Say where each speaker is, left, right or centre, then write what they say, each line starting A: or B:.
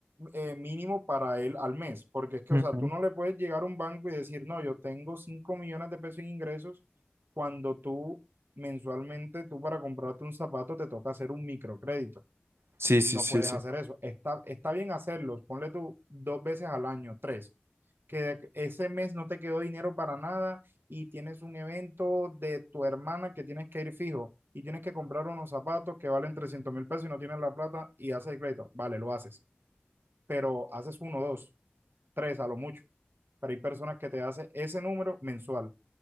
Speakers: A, on the right; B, on the right.
A: eh, mínimo para él al mes, porque es que,
B: Ujú.
A: o sea, tú no le puedes llegar a un banco y decir, no, yo tengo cinco millones de pesos en ingresos cuando tú mensualmente, tú para comprarte un zapato te toca hacer un microcrédito.
B: Sí, sí,
A: No
B: sí,
A: puedes
B: sí.
A: hacer eso. Está, está bien hacerlos. Ponle tú dos veces al año, tres. Que de- ese mes no te quedó dinero para nada y tienes un evento de tu hermana que tienes que ir fijo y tienes que comprar unos zapatos que valen trescientos mil pesos y no tienes la plata y haces el crédito. Vale, lo haces. Pero haces uno, dos, tres a lo mucho. Pero hay personas que te hacen ese número mensual.